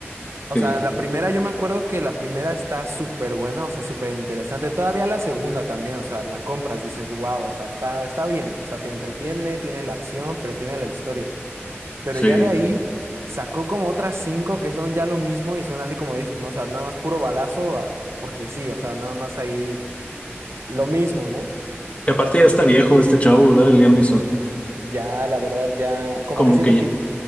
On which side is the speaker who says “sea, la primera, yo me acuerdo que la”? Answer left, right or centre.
Right